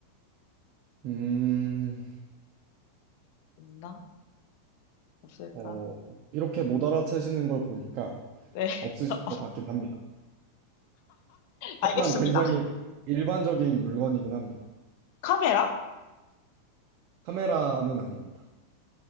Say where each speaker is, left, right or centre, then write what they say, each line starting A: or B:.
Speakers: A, on the right; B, on the left.
A: 음,
B: 없나? 없을까?
A: 어, 이렇게 못 알아채시는 걸 보니까
B: 네,
A: 없으실
B: <laughs>
A: 것 같긴 합니다.
B: 알겠습니다.
A: 하지만 굉장히 일반적인 물건이긴 합니다.
B: 카메라?
A: 카메라는 아닙니다.